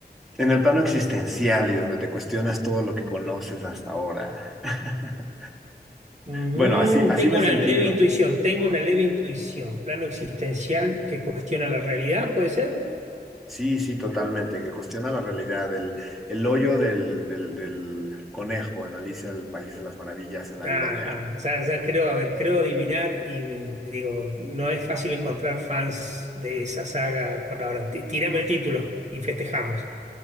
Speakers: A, in the centre; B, on the right.
A: en el plano existencial y donde te cuestionas todo lo que conoces hasta ahora. <laughs>
B: Mm,
A: Bueno, así, así
B: tengo
A: me
B: una
A: sentí
B: leve
A: yo.
B: intuición, tengo una leve intuición. Plano existencial que cuestiona la realidad, ¿puede ser?
A: Sí, sí, totalmente, que cuestiona la realidad, el, el hoyo del, del, del conejo en Alicia, el País de las Maravillas en la
B: Ajá,
A: vida real,
B: ya, ya creo, a ver, creo adivinar y me- digo, no es fácil encontrar fans de esa saga por ahora. Ti- Tírame el título y festejamos.